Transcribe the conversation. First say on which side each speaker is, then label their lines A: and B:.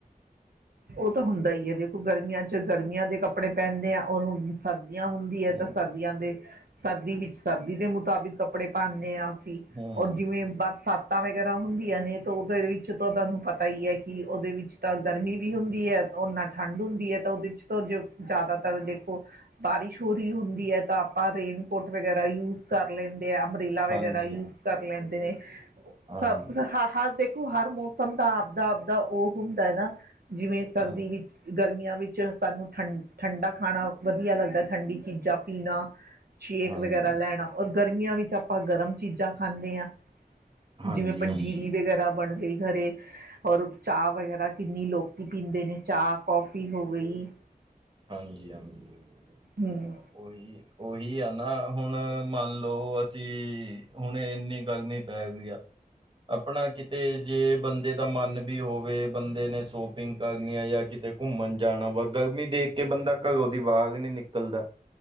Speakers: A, on the right; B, on the right.
A: ਉਹ ਤਾਂ ਹੁੰਦਾ ਹੀ ਹੈ, ਦੇਖੋ ਗਰਮੀਆਂ 'ਚ ਗਰਮੀਆਂ ਦੇ ਕੱਪੜੇ ਪਹਿਨਦੇ ਆਂ, ਉਹ ਹੁਣ ਸਰਦੀਆਂ ਹੁੰਦੀ ਹੈ
B: ਹੂੰ,
A: ਤਾਂ ਸਰਦੀਆਂ ਦੇ ਸਰਦੀ ਵਿੱਚ ਸਰਦੀ ਦੇ ਮੁਤਾਬਿਕ ਕੱਪੜੇ ਪਾਂਦੇ ਹਾਂ।
B: ਹੂੰ,
A: ਔਰ ਜਿਵੇਂ ਬਰ ਸੱਤ ਵਗੈਰਾ ਹੁੰਦੀਆਂ ਨੇ, ਤੇ ਉਹਦੇ ਵਿੱਚ ਤਾਂ ਤੁਹਾਨੂੰ ਪਤਾ ਹੀ ਹੈ ਕਿ ਉਹਦੇ ਵਿੱਚ ਤਾਂ ਗਰਮੀ ਵੀ ਹੁੰਦੀ ਹੈ, ਨਾ ਠੰਡ ਹੁੰਦੀ ਹੈ ਤਾਂ ਉਹਦੇ 'ਚ ਤਾਂ ਜੇ ਜ਼ਿਆਦਾਤਰ ਦੇਖੋ ਬਾਰਿਸ਼ ਹੋ ਰਹੀ ਹੁੰਦੀ ਹੈ ਤਾਂ, ਆਪਾਂ ਰੇਨਕੋਟ ਵਗੈਰਾ ਯੂਜ ਕਰ ਲੈਂਦੇ। ਅੰਬਰੇਲਾ
B: ਹਾਂਜੀ,
A: ਵਗੈਰਾ ਯੂਜ ਕਰ ਲੈਂਦੇ ਨੇ
B: ਹਾਂਜੀ,
A: ਸ ਹ ਹ ਦੇ ਓ ਹਰ ਮੌਸਮ ਦਾ ਆਵਦਾ-ਆਵਦਾ ਉਹ ਹੁੰਦਾ ਨਾ, ਜਿਵੇਂ ਸਰਦੀ
B: ਹਾਂਜੀ,
A: ਵਿੱਚ ਗਰਮੀਆਂ ਵਿੱਚ ਸਾਨੂੰ ਠੰ ਠੰਡਾ ਖਾਣਾ ਵਧੀਆ ਲੱਗਦਾ ਠੰਡੀ ਚੀਜ਼ਾਂ ਪੀਣਾ। ਸ਼ੇਕ
B: ਹਾਂਜੀ।
A: ਵਗੈਰਾ ਲੈਣਾ ਔਰ ਗਰਮੀਆਂ ਵਿੱਚ ਆਪਾਂ ਗਰਮ ਚੀਜ਼ਾਂ ਖਾਂਣੇ ਹਾਂ।
B: ਹਾਂਜੀ
A: ਜਿਵੇਂ ਪੰਜੀਰੀ
B: ਹਾਂਜੀ
A: ਵਗੈਰਾ ਬਣ ਗਈ ਘਰੇ ਔਰ, ਚਾਹ ਵਗੈਰਾ ਕਿੰਨੀ ਲੋਕ ਕੀ ਪੀਂਦੇ ਨੇ ਚਾਹ ਕੌਫੀ ਹੋ ਗਈ।
B: ਹਾਂਜੀ -ਹਾਂਜੀ <unintelligible>
A: ਹਮ
B: ਉਹੀ ਉਹੀ ਆ ਨਾ ਹੁਣ, ਮੰਨ ਲਓ ਅਸੀਂ ਹੁਣ ਇੰਨੀ ਗਰਮੀ ਪੈ ਗਈ ਆ। ਆਪਣਾ ਕਿਤੇ ਜੇ ਬੰਦੇ ਦਾ ਮਨ ਵੀ ਹੋਵੇ, ਬੰਦੇ ਨੇ ਸੋਪਿੰਗ ਕਰਨੀ ਹੈ ਜਾਂ ਕਿਤੇ ਘੁੰਮਣ ਜਾਣਾ ਵਾ। ਗਰਮੀ ਦੇਖ ਕੇ ਬੰਦਾ ਘਰੋਂ ਦੀ ਬਾਹਰ ਨੀ ਨਿਕਲਦਾ ਵਾ।